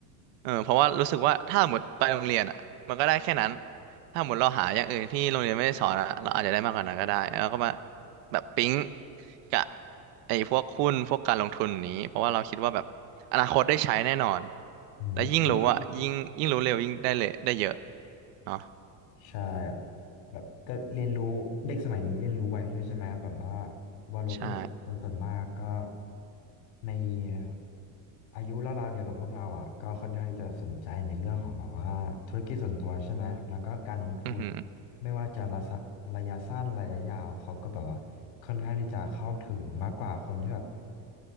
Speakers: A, on the right; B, on the left.
A: เออเพราะว่ารู้สึกว่าถ้าหมดไปโรงเรียนอ่ะมันก็ได้แค่นั้นถ้าหมดเราหาอย่างอื่นที่โรงเรียนไม่ได้สอนอ่ะเราอาจจะได้มากกว่านั้นก็ได้แล้วก็มาแบบปิ๊งกับไอ้พวกหุ้นพวกการลงทุนนี้เพราะว่าเราคิดว่าแบบอนาคตได้ใช้แน่นอน
B: อืม
A: และยิ่งรู้อ่ะยิ่งยิ่งรู้เร็วยิ่งได้เลยได้เยอะเนาะ
B: ใช่แบบก็เรียนรู้เด็กสมัยนี้เรียนรู้ไวด้วยใช่ไหมแบบว่าวาโลก็เห็นคนส่วนมากก็
A: ใช่
B: ในอายุราวๆเดียวกับพวกเราอ่ะก็ค่อนข้างที่จะสนใจในเรื่องของแบบว่าธุรกิจส่วนตัวใช่ไหมแล้วก็การลงทุน
A: อือหือ
B: ไม่ว่าจะระสะระยะสั้นระยะยาวเขาก็แบบว่าค่อนข้างที่จะเข้าถึงมากกว่าคนที่แบบ